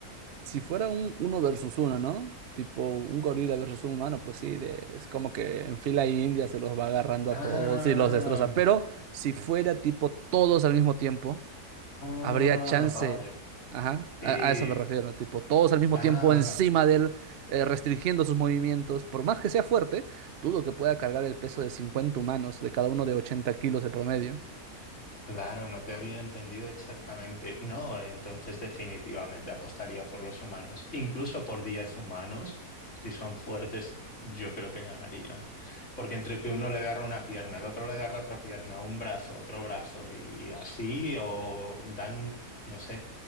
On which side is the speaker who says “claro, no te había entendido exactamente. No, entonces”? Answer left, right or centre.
Left